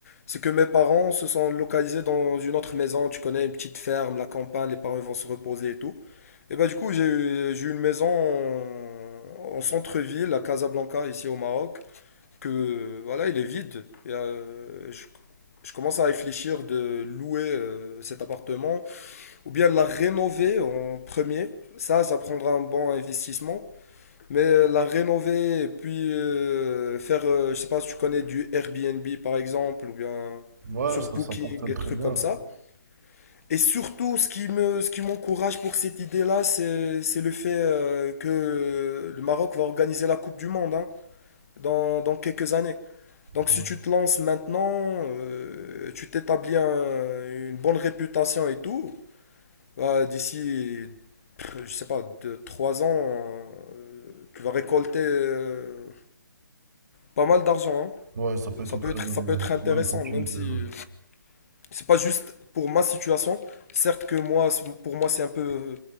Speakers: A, on the left; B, on the right.
A: C'est que mes parents se sont localisés dans une autre maison, tu connais, une petite ferme, la campagne, les parents vont se reposer et tout. Et bah du coup, j'ai j'ai eu une maison en, en centre-ville, à Casablanca, ici au Maroc, que voilà, il est vide. Et, euh, je, je commence à réfléchir de louer euh, cet appartement, ou bien de la rénover en premier. Ça, ça prendra un bon investissement. Mais euh, la rénover et puis euh, faire, euh, je sais pas si tu connais du Airbnb par exemple, ou bien
B: Ouais,
A: sur
B: ça,
A: Booking,
B: ça fonctionne
A: des
B: très
A: trucs
B: bien.
A: comme ça. Et surtout, ce qui me, ce qui m'encourage pour cette idée-là, c'est, c'est le fait euh, que le Maroc va organiser la Coupe du Monde hein, dans, dans quelques années. Donc
B: Ouais,
A: si tu te lances maintenant, euh, tu t'établis un- une bonne réputation et tout, bah, d'ici, pff, je sais pas, deux, trois ans, euh, tu vas récolter... euh, pas mal d'argent.
B: Ouais, ça peut
A: hein.
B: être
A: Ça
B: une
A: peut
B: très
A: être,
B: bonne,
A: ça peut être
B: euh,
A: intéressant,
B: très bonne opportunité,
A: même si
B: ouais.
A: c'est pas juste pour ma situation. Certes que moi, c'est- pour moi, c'est un peu, euh,